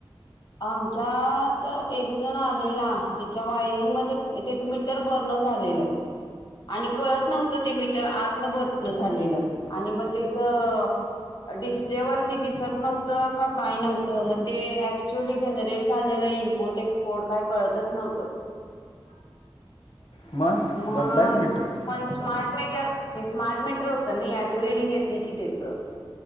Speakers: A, on the left (about 50°); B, on the left (about 70°).
A: आमच्यात एक जण आलेला, त्याच्या वायरिंग मध्ये त्याच मीटर बर्न झालं झालेलं. आणि कळत नव्हतं ते, मीटर आत न बंद झालेलं आणि मग त्याच डिस्प्ले वरती दिसत नव्हतं का? काय नव्हतं, मग ते ऍक्च्युअली जनरेट झालेलं इम्पोर्ट एक्सपोर्ट काय कळतच नव्हतं. <unintelligible>
B: मग
A: मग
B: बदलायचं मीटर
A: पण स्मार्ट मिट ते स्मार्ट मीटर होत नाही, ऑटो रिडिंग येते की त्याच.